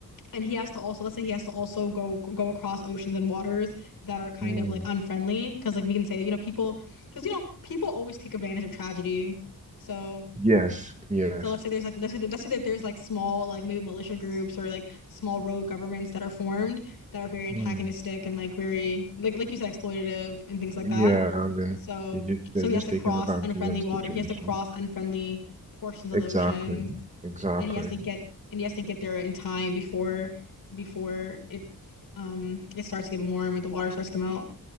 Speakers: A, on the left (about 70°); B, on the right (about 20°).
A: and he has to also let's say he has to also go go across oceans and waters that are kind
B: Mm.
A: of like unfriendly because like we can say you know people because you know people always take advantage of tragedy so
B: Yes, yes.
A: so let's say there's like let's say, let's say that there's like small like maybe militia groups or like small rogue governments that are formed that are very antagonistic
B: Mm.
A: and like very like like you said exploitative and things like
B: Yeah,
A: that
B: and then
A: so
B: they just
A: so
B: they're
A: he
B: just
A: has to
B: taking
A: cross
B: advantage
A: unfriendly
B: of the
A: water
B: situation.
A: he has to cross unfriendly portions of
B: Exactly,
A: the ocean
B: exactly.
A: and he has to get and he has to get there in time before before it um it starts to get warm and the water starts to melt.